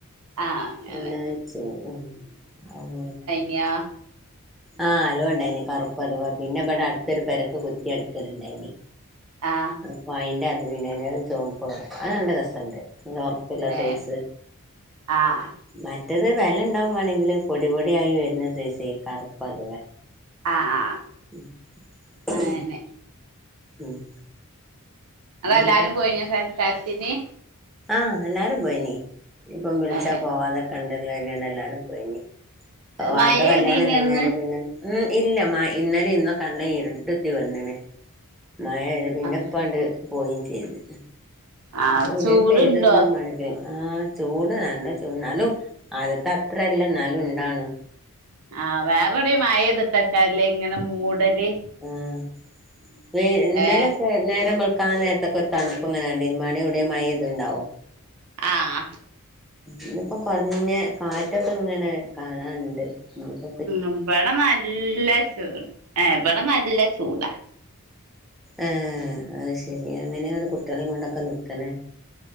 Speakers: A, on the right (about 80°); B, in the centre.
A: ആഹ് അങ്ങനെ
B: അവിടെ വെച്ചു ഉം <unintelligible>
A: <unintelligible>
B: ആഹ് അലുവണ്ടായിനി. കറുപ്പ് അലുവാ പിന്നെ ഇബടെ അടുത്തൊരു പെരക്ക് കുറ്റി അടിക്കല്ണ്ടായിനി
A: ആഹ്
B: അപ്പൊ അയ്ന്റെ അലുവയുണ്ടായ്നു. അത് ചൊമപ്പ് കളറ് അത് നല്ല രസ ഉണ്ട്. <unintelligible> <unintelligible>
A: ഏഹ്
B: സൈസ്
A: ആഹ്
B: മറ്റത് വിലയുണ്ടാവും വേണെങ്കില് പൊടി പൊടിയായി വരുന്ന സൈസ് കറുപ്പലുവ
A: ആഹ് ആഹ്
B: <inaudible>
A: അങ്ങനെ
B: ഉം
A: അതെല്ലാരും
B: എന്നിട്ട്
A: പോയിനോ സൽക്കാരത്തിന്
B: ആഹ് എല്ലാരും പോയിനീ ഇപ്പം വിളിച്ചാ
A: ഏഹ്
B: പോവാതൊക്കണ്ടല്ലോ കരുതി എല്ലാരും പോയിനീ അവിടെത്ത
A: മഴ പെയ്തീന്യോ
B: കല്യാണം കഴിഞ്ഞേര
A: ഇന്ന്
B: പിന്നെ ഉം ഇല്ല മ ഇന്നലെ ഇന്നും <unintelligible> വന്നിണ് മഴ പിന്നെയിപ്പാണ്ട്
A: ആഹ്
B: പോകയും ചെയ്ത്
A: ആഹ്
B: എവിടെയും
A: ചൂടുണ്ടോ
B: പെയ്ത്ണ്ടാകും ആഹ് ചൂടാ നല്ല ചൂട് എന്നാലും ആദ്യത്തെ അത്രല്ല എന്നാലും ഉണ്ടാവണ്
A: ആഹ് വേറെവിടെയും മഴ പെയ്തിട്ടേക്കാരം ല്ലേ ഇങ്ങനെ മൂടല്
B: ആഹ് വി ഇന്നലെ
A: ഏഹ്
B: നേരം വെളുക്കാൻ നേരത്തെക്കെ ഒരു തണുപ്പ്ങ്ങനാണ്ട് <unintelligible> മഴ പെയ്തുണ്ടാവും
A: ആഹ്
B: ഇന്നിപ്പ കുറഞ്ഞ് കാറ്റൊക്കെ ഇങ്ങനെ കാണാറുണ്ട് ഇപ്പോ
A: ഉം ഇവിടെ നല്ല ചൂ ഇവിടെ നല്ല ചൂടാ
B: ഏഹ് അത് ശരി എങ്ങനെയാണ് കുട്ടികളെ കൊണ്ടൊക്കെ നിക്കണേ